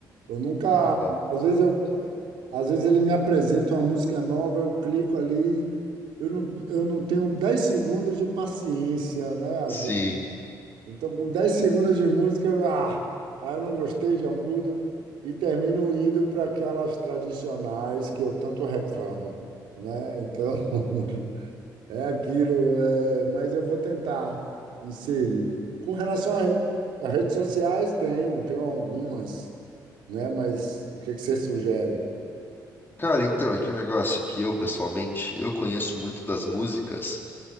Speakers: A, on the right (about 80°); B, on the left (about 25°).
A: Eu nunca,
B: Aham.
A: às vezes eu, às vezes ele me apresenta uma música nova, eu clico ali, eu não, eu não tenho 10 segundos de paciência, né? Às
B: Sim.
A: vezes. Então, com 10 segundos de música, ah, aí eu não gostei, já mudo e termino indo para aquelas tradicionais que eu tanto reclamo, né? Então, <laughs> é aquilo, é, mas eu vou tentar inserir. Com relação a, re- a redes sociais, tenho, tenho algumas, né? Mas o que que você sugere?
B: Cara, então, é que o negócio é que eu, pessoalmente, eu conheço muito das músicas